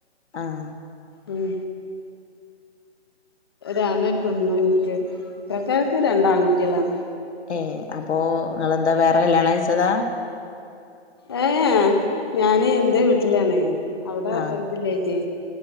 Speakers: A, on the left; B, on the left.
A: ആഹ്
B: ഉം. ഒരാണും ഒരു പെണ്ണും ഇൻക്ക് ഇക്കാക്കാക്ക് രണ്ട് ആൺകുട്ടികളാണ്.
A: ഏ അപ്പോ ങ്ങളന്താ വേറെ കല്യാണം കയിച്ചതാ.
B: ഏ ഞാന് ഇന്റെ വീട്ടിലാണെ അവിടെ
A: ആഹ്
B: ഒരു ഇതില്ലായിറ്റെ.